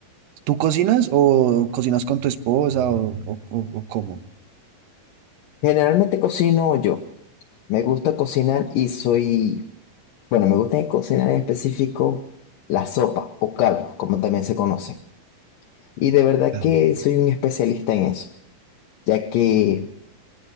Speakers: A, on the right (about 70°); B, on the left (about 70°).
A: ¿Tú cocinas o cocinas con tu esposa o, o, o- o cómo?
B: Generalmente cocino yo. Me gusta cocinar y soy, bueno, me gusta cocinar en específico la sopa o caldos, como también se conocen. Y de verdad
A: Mm.
B: que soy un especialista en eso, ya que